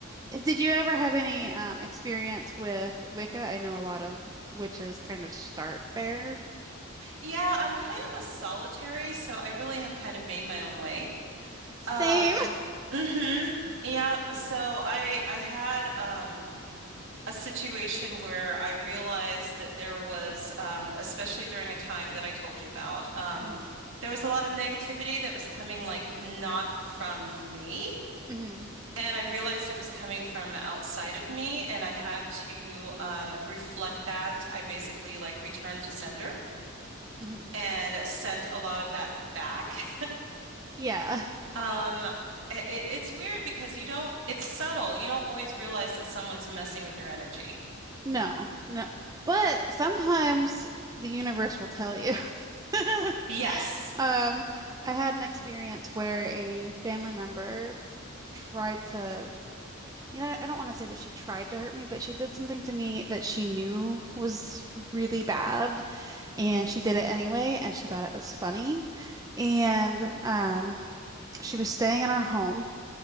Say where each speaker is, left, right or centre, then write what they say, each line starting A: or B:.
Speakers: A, on the right (about 15°); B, on the right (about 60°).
A: did you ever have any um experience with Wicca? I know a lot of witches kind of start there.
B: Yeah, I'm kind of a solitary, so I really have kind of made my own way.
A: Same.
B: Um, mm-hmm. Yep. So I I had um a situation where I realized that there was um especially during a time that I told you about, um
A: hmm
B: there was a lot of negativity that was coming like not from me.
A: hmm
B: And I realized it was coming from outside of me, and I had to um, reflect that. I basically like returned to sender
A: hmm
B: and sent a lot of that back.
A: Yeah.
B: Um, it, it's weird because you don't, it's subtle. You don't always realize that someone's messing with your energy.
A: No, no. But sometimes the universe will tell you. <laughs>
B: Yes.
A: Um, I had an experience where a family member tried to, you know, I don't want to say that she tried to hurt me, but she did something to me that she knew was really bad, and she did it anyway, and she thought it was funny. And um, she was staying in our home.